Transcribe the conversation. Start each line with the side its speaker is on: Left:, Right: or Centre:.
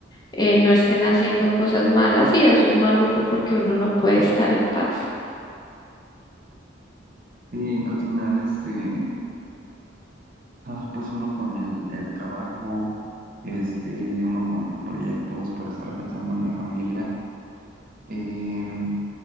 Left: eh, no estén haciendo cosas malas y eso es maluco porque uno no puede estar en paz.
Right: Y al final, este, Ah, pues uno con el, el trabajo, este, uno con proyectos, por estar pensando en la familia. Em,